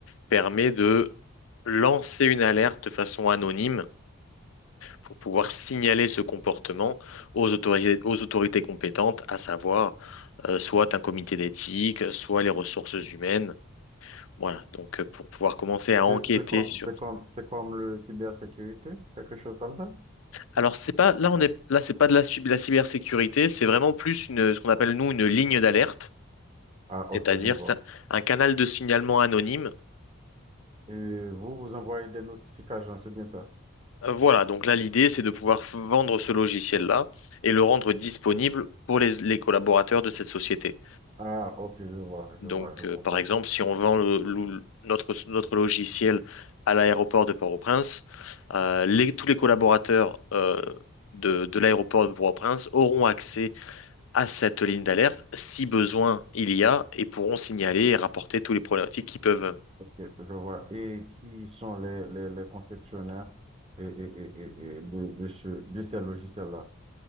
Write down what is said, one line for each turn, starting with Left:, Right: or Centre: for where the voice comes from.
Left: permet de lancer une alerte de façon anonyme pour pouvoir signaler ce comportement aux autorités, aux autorités compétentes, à savoir euh, soit un comité d'éthique, soit les ressources humaines. Voilà, donc euh, pour pouvoir commencer à enquêter
Right: C'est c'est comme,
Left: sur.
Right: c'est comme, c'est comme le cybersécurité, quelque chose comme ça?
Left: Alors c'est pas là on est là c'est pas de la, cyb- la cybersécurité, c'est vraiment plus une, ce qu'on appelle nous une ligne d'alerte,
Right: Ah,
Left: c'est-à-dire
Right: ok, je vois.
Left: c'est un canal de signalement anonyme
Right: Et vous, vous envoyez des notifications, c'est bien ça?
Left: Euh, Voilà, donc là, l'idée, c'est de pouvoir f- vendre ce logiciel-là et le rendre disponible pour les, les collaborateurs de cette société.
Right: Ah, ok, je vois,
Left: Donc,
Right: je vois, je comprends.
Left: euh, par exemple, si on vend le- le- notre, notre logiciel à l'aéroport de Port-au-Prince, euh, les- tous les collaborateurs euh, de, de l'aéroport de Port-au-Prince auront accès à cette ligne d'alerte si besoin il y a et pourront signaler et rapporter tous les problématiques qu'ils peuvent.
Right: Ok, je vois. Et qui sont les, les, les conceptionnaires et, et, et, et- et de, de, ce, de ces logiciels-là?